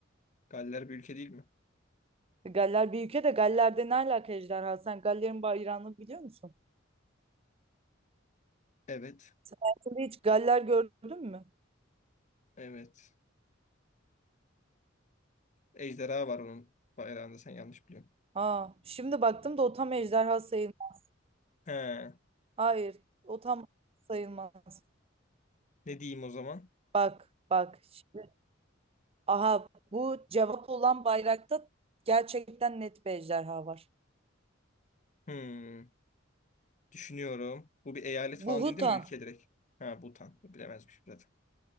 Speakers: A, on the left; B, on the right.
A: Galler bir ülke değil mi?
B: Galler bir ülke de Galler'de ne alaka ejderha? Sen Galler'in bayrağını biliyor musun?
A: Evet.
B: Sen hayatında hiç Galler gördün mü?
A: Evet. Ejderha var onun bayrağında sen yanlış biliyorsun.
B: Aa, şimdi baktım da o tam ejderha sayılmaz.
A: He.
B: Hayır, o tam sayılmaz.
A: Ne diyeyim o zaman?
B: Bak, bak. Şimdi, aha bu cevap olan bayrakta gerçekten net bir ejderha var.
A: Hmm. Düşünüyorum. Bu bir eyalet
B: Bu
A: falan
B: Hutan.
A: değil değil mi? Ülke direkt. Ha Bhutan. Bilemezmişim zaten.